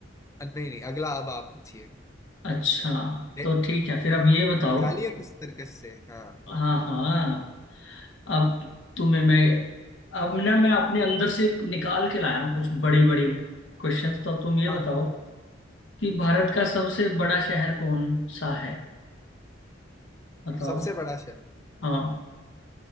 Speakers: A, on the left; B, on the left.
A: नहीं नहीं अगला अब आप पूछिए
B: अच्छा
A: ए,
B: तो ठीक है फिर अब ये बताओ
A: निकालिए कुछ तर्कश से हाँ
B: हाँ हाँ अब तुम्हें मैं अब ना मैं अपने अंदर से निकाल के लाया हूँ कुछ बड़ी बड़ी क्वेश्चंस तो अब तुम ये
A: हाँ
B: बताओ कि भारत
A: बत पूछिए
B: का सबसे बड़ा शहर कौन सा है बताओ
A: सबसे बड़ा शहर
B: हाँ